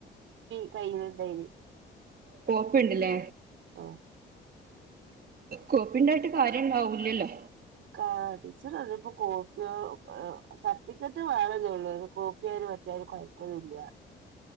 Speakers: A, on the right (about 80°); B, on the right (about 50°).
A: <unintelligible>
B: കോപ്പി ണ്ട്ല്ലേ?
A: ആ
B: കോപ്പിണ്ടായിട്ട് കാര്യംണ്ടാവൂലല്ലോ?
A: കാ ടീച്ചർ പറഞ്ഞപ്പോ കോപ്പിയോ സർട്ടിഫിക്കറ്റ് വേണം നൊള്ളു കോപ്പിയായാലും മറ്റേതായാലും കൊഴെപ്പാന്നുല്ല.